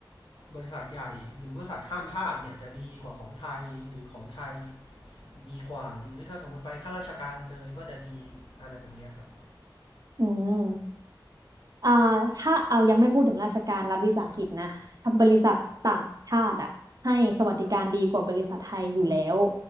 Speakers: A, on the left; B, on the right.
A: บริษัทใหญ่หรือบริษัทข้ามชาติเนี่ยจะดีกว่าของไทยหรือของไทยดีกว่าหรือถ้าสมมติไปข้าราชการเลยก็จะดีอะไรแบบเนี้ยครับ
B: อืมอ่าถ้าเอายังไม่พูดถึงราชการรัฐวิสาหกิจนะถ้าบริษัทต่างชาติอ่ะให้สวัสดิการดีกว่าบริษัทไทยอยู่แล้ว
A: ครับ